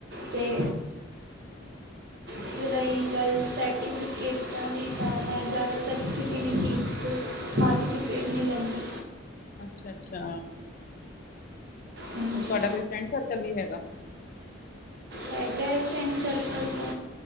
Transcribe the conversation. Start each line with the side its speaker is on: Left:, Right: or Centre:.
Right: ਤੇ
Left: ਅੱਛਾ।
Right: ਫਿਰ ਰਹੀ ਗੱਲ ਸਰਟੀ ਫਿਕੇਟਾ ਦੀ ਤਾਂ ਮੈ ਜ਼ਿਆਦਾਤਰ ਕਿਸੇ ਵੀ ਚੀਜ਼ ਚ ਪਾਰਟੀਸਪੇਟ ਨਹੀਂ ਲੈਂਦੀ।
Left: ਅੱਛਾ ਅੱਛਾ,
Right: ਹਾਂਜੀ
Left: ਹੋਰ ਤੁਹਾਡਾ ਕੋਈ ਫਰੈਂਡ ਸਰਕਲ ਵੀ ਹੈਗਾ?
Right: ਹੈਗਾ ਏ ਫ੍ਰੈਂਡ ਸਰਕਲ ਤਾਂ